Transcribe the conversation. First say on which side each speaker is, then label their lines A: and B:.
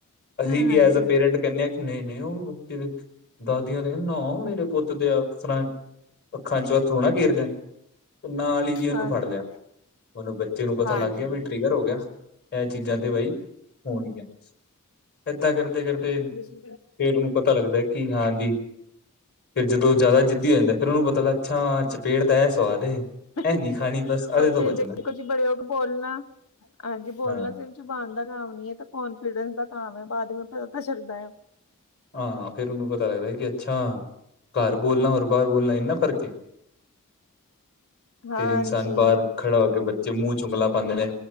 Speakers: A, on the left (about 45°); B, on the left (about 70°).
A: ਅਸੀਂ
B: ਹਾਂਜੀ
A: ਵੀ ਐਜ ਅ ਪੇਰੈਂਟ ਕਹਿੰਦੇ ਹਾਂ ਨਹੀਂ-ਨਹੀਂ ਉਹ, ਬੱਚੇ ਦੇ ਦਾਦੀਆਂ ਦੇਖਦੇ ਨਾ ਮੇਰੇ ਪੁੱਤ ਦੇ ਅੱਖਾਂ ਚੱ ਅੱਥਰੂ ਨਾ ਗੇਰਦੈ। ਨਾਲ ਹੀ ਜੀ, ਉਹਨੂੰ
B: ਹਾਂਜੀ
A: ਫੜ ਲਿਆ। ਉਹਨੂੰ, ਬੱਚੇ ਨੂੰ ਪਤਾ
B: ਹਾਂਜੀ
A: ਲੱਗ ਗਿਆ ਵੀ ਟ੍ਰਿਗਰ ਹੋ ਗਿਆ। ਇਹ ਚੀਜ਼ਾਂ ਤੇ ਬਾਈ ਹੋਣਗੀਆਂ। ਏਦਾਂ ਕਰਦੇ-ਕਰਦੇ, ਫੇਰ
B: ਹਾਂਜੀ
A: ਉਹਨੂੰ ਪਤਾ ਲੱਗਦਾ ਕਿ ਹਾਂਜੀ। ਫਿਰ ਜਦੋਂ ਜ਼ਿਆਦਾ ਜਿੱਦੀ ਹੋ ਜਾਂਦਾ। ਫਿਰ ਉਹਨੂੰ ਪਤਾ ਲੱਗਾ ਅੱਛਾ, ਚਪੇਟ ਤਾਂ ਇਹ ਸਵਾਦ ਏ।
B: ਉਥੇ
A: ਇਹ ਨੀ ਖਾਣੀ ਬਸ ਇਹਦੇ ਤੋਂ
B: ਫਿਰ
A: ਬਚਣਾ
B: ਦੇਖੋ ਜੀ, ਬੜੇ ਹੋ ਕੇ ਬੋਲਣਾ। ਹਾਂਜੀ, ਬੋਲਣਾ
A: ਹਾਂ
B: ਚਾਹੀਦਾ। ਚੁਬਾਣ ਦਾ ਕੰਮ ਨਹੀਂ ਹੈ ਤੇ ਕੋਂਨਫੀਡੈਂਸ ਦਾ ਕਾਮ ਐ। ਬਾਅਦ ਪਤਾ ਤਾਂ ਚੱਲਦਾ ਐ।
A: ਹਾਂ, ਫਿਰ ਉਹਨੂੰ ਪਤਾ ਲੱਗਦਾ ਕਿ ਅੱਛਾ! ਘਰ ਬੋਲਣਾ, ਹੋਰ ਬਾਹਰ ਬੋਲਣਾ ਇੰਨਾ ਫਰਕ ਏ।
B: ਹਾਂਜੀ
A: ਫਿਰ ਇਨਸਾਨ ਬਾਹਰ ਖੜਾ ਹੋ ਕੇ, ਬੱਚੇ ਮੂੰਹ ਉਗਲਾਂ ਪਾਉਂਦੇ ਨੇ